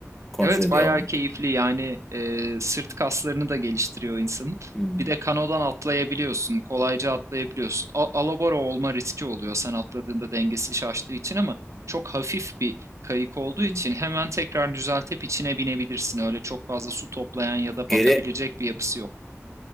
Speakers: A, in the centre; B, on the right.
A: Kontrol
B: Evet,
A: ediyor
B: bayağı
A: olmak.
B: keyifli yani e, sırt kaslarını da geliştiriyor insanın.
A: Hmm,
B: Bir de kanodan atlayabiliyorsun, kolayca atlayabiliyorsun. A- alabora olma riski oluyor sen atladığında dengesi şaştığı için ama çok hafif bir kayık olduğu
A: hmm.
B: için hemen tekrar düzeltip içine binebilirsin. Öyle çok fazla su toplayan ya da
A: Geri
B: batabilecek bir yapısı yok.